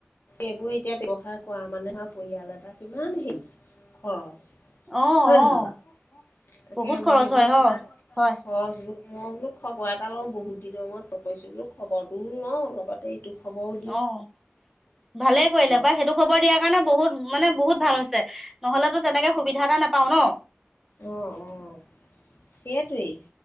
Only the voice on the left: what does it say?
এইবোৰ এতিয়া ব্যৱসায় কৰা মানে আৰু পৰিয়াল এটা কিমান হেৰি। খৰচ
হয়নে
নহয় বাৰু? তাকে
মই এইবোৰ
তোমাৰ
খৰচ বোলো, মই বোলো খবৰ এটা লওঁ বহুত দিনৰ মোৰত লগ কৰিছোঁ বোলো খবৰটোও লওঁ লগতে তোৰ খবৰ
পাৰে
অহ', অহ' সেইটোৱেই।